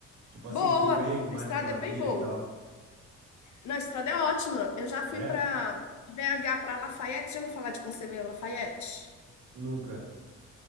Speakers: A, on the right; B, on the left.
A: Tipo assim,
B: Boa,
A: freeway com mais
B: a estrada
A: de uma
B: é
A: via
B: bem boa.
A: e tal.
B: Não, a estrada é ótima. Eu já fui
A: É?
B: pra, de BH para Lafayette, já ouviu falar de Conselheiro Lafayette?
A: Nunca.